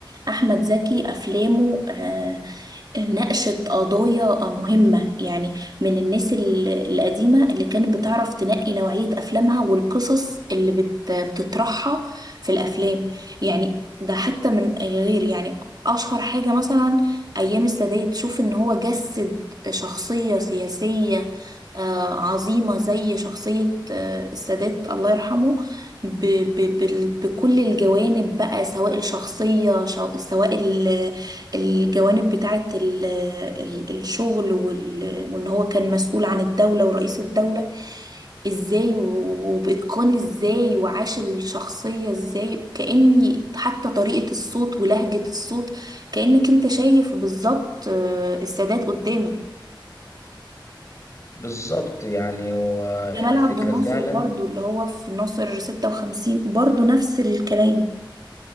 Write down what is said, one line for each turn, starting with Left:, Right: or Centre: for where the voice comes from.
Right: احمد زكي افلامه آه، ناقشت قضايا مهمة يعني من الناس ال- القديمة اللي كانت بتعرف تنقي نوعية أفلامها والقصص اللي بت- بتطرحها في الأفلام يعني ده حتى من أي غير يعني أشهر حاجة مثلا أيام السادات تشوف إن هو جسد شخصية سياسية آه، عظيمة زي شخصية آه، السادات الله يرحمه ب- ب- بال- بكل الجوانب بقى سواء الشخصية شو- سواء الجوانب بتاعة ال- ال- الشغل وال- وإن هو كان مسؤول عن الدولة ورئيس الدولة إزاي و- وبإتقان إزاي وعاش الشخصية إزاي كأني حتى طريقة الصوت ولهجة الصوت كأنك أنت شايف بالظبط آه، السادات قدامك
Left: بالظبط يعني هو
Right: جمال
Left: الفكرة
Right: عبد الناصر
Left: فعلا
Right: برضو اللي هو في ناصر 56 برضو نفس الكلام